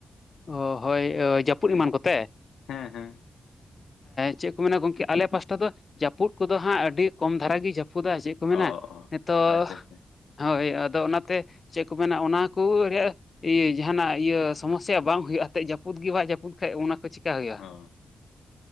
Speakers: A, on the left; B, on the left.
A: ᱚ ᱦᱳᱭ ᱡᱟᱹᱯᱩᱫ
B: ᱦᱮᱸ
A: ᱮᱢᱟᱱ ᱠᱚᱛᱮ?
B: ᱦᱮᱸ ᱦᱮᱸ
A: ᱪᱮᱫ ᱠᱚ ᱢᱮᱱᱟ ᱜᱚᱝᱠᱮ ᱟᱞᱮ ᱯᱟᱥᱴᱟ ᱫᱚ ᱡᱟᱹᱯᱩᱫ ᱠᱚᱫᱚ ᱦᱟᱸᱜ ᱟᱹᱰᱤ ᱠᱚᱢ ᱫᱷᱟᱨᱟ ᱜᱮ ᱡᱟᱹᱯᱩᱫᱟ ᱪᱮᱫ ᱠᱚ
B: ᱚ
A: ᱢᱮᱱᱟ
B: ᱚ
A: ᱱᱤᱛᱚᱜ
B: ᱟᱪᱪᱷᱟ ᱟᱪᱪᱷᱟ
A: ᱦᱳᱭ ᱟᱫᱚ ᱚᱱᱟᱛᱮ ᱪᱮᱫ ᱠᱚ ᱢᱮᱱᱟ ᱚᱱᱟ ᱠᱚ ᱨᱮᱭᱟᱜ ᱤᱭᱟᱹ ᱡᱟᱦᱟᱱᱟᱜ ᱤᱭᱟᱹ ᱥᱚᱢᱚᱥᱟ ᱥᱮ ᱵᱟᱝ ᱦᱩᱭᱩᱜᱼᱟ᱾ ᱮᱛᱮᱫ ᱡᱟᱹᱯᱩᱫ ᱜᱮ ᱵᱟᱭ ᱡᱟᱹᱯᱩ ᱠᱷᱟᱱᱡ ᱚᱱᱟᱠᱚ ᱪᱤᱠᱟ ᱦᱩᱭᱩᱜᱼᱟ᱾
B: ᱚ